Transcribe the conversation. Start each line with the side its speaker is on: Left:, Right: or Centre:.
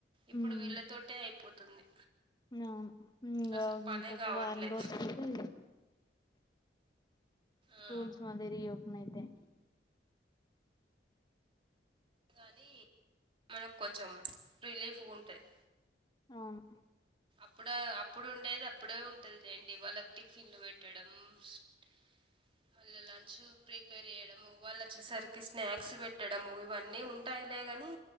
Right: ఇప్పుడు
Left: ఉమ్
Right: వీళ్ళతోటే అయిపోతుంది
Left: అవును ఇంకా
Right: అసలు పనే
Left: ఇంకొక
Right: కావట్లేదు
Left: వారం రోజులుంటే స్కూల్స్
Right: ఆ,
Left: మళ్ళీ రీ ఓపెన్ అయితాయి
Right: అ కాని మనకు కొంచెం రిలీఫ్ గా ఉంటాంది
Left: అవును
Right: అప్పుడా అప్పుడు ఉండేది అప్పుడే ఉంటుందిండి వాళ్ళకి టిఫిన్లు పెట్టడము అ వాళ్ళ లంచ్ ప్రిపేర్ చేయడము వాళ్ళు వచ్చేసరికి స్నాక్స్ పెట్టడము ఇవన్నీ ఉంటాయిలే గాని